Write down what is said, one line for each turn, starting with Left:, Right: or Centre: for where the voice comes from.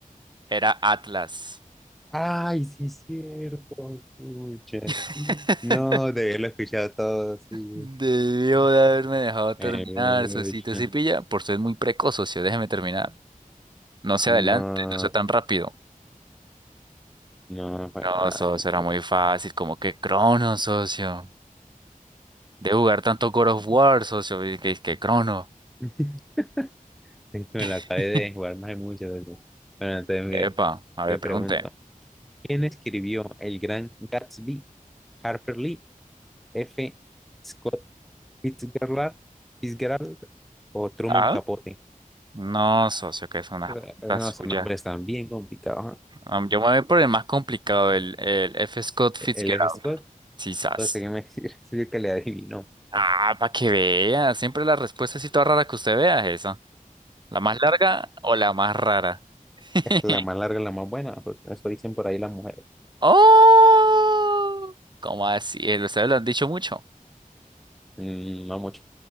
Right: era Atlas.
Centre: Ay, sí, es cierto. Pucha.
Right: <laughs>
Centre: No, debí haberlo escuchado todo, sí.
Right: Debió de haberme dejado terminar,
Centre: Eh, pucha.
Right: socito. Si pilla, por ser muy precoz, socio, déjeme terminar. No se
Centre: No,
Right: adelante, no sea tan rápido.
Centre: no, fue
Right: No,
Centre: mal
Right: socio,
Centre: eso.
Right: era muy fácil, como que Crono, socio. De jugar tanto God of War, socio, y que, que Crono.
Centre: <laughs> Es que Me lo acabé
Right: <laughs>
Centre: de jugar más de mucho. de eso. Bueno, entonces, mire,
Right: Epa, a
Centre: le
Right: ver,
Centre: pregunto,
Right: pregunte.
Centre: ¿quién escribió El Gran Gatsby? ¿Harper Lee? F. Scott Fitzgerald, Fitzgerald o Truman
Right: ¿Ah?
Centre: Capote.
Right: No, socio, que es una
Centre: Eh,
Right: pregunta
Centre: No,
Right: suya.
Centre: son nombres tan bien complicados.
Right: Am, yo me voy por el más complicado, el, el F. Scott Fitzgerald.
Centre: ¿eh? El F. Scott,
Right: Quizás.
Centre: pues déjeme decir, <laughs> es el que le adivinó.
Right: Ah, para que vea. Siempre la respuesta así toda rara que usted vea es esa. ¿La más larga o la más rara? <laughs>
Centre: Es que la más larga, es la más buena. pues, eso dicen por ahí las mujeres.
Right: ¡Oh! ¿Cómo así? Eh, Ustedes lo han dicho mucho.
Centre: Mm, no mucho.